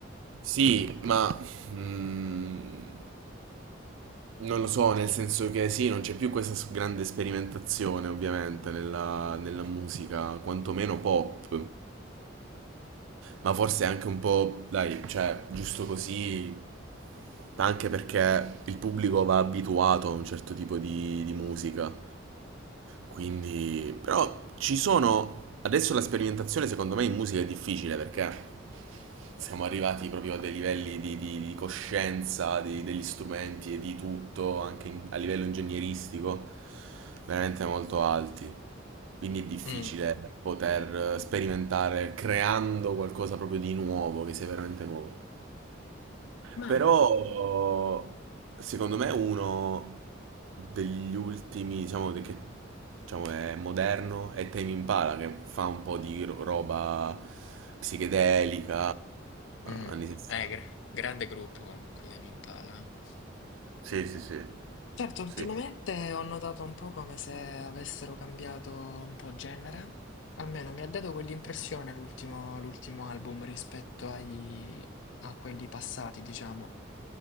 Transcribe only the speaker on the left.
Mm,
Ma
mm.
Eh, gra- grande gruppo comunque di Tame Impala. eh.
certo, ultimamente
ho notato un po' come se avessero cambiato un po' genere. Almeno mi ha dato quell'impressione l'ultimo l'ultimo album rispetto ai, a quelli passati, diciamo.